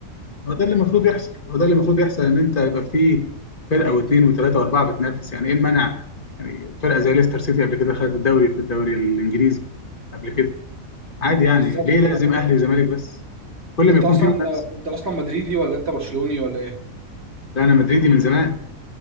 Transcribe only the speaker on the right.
بالظبط
فعلا
أنت
أصلا
أنت أصلا مدريدي ولا أنت برشلوني ولا إيه؟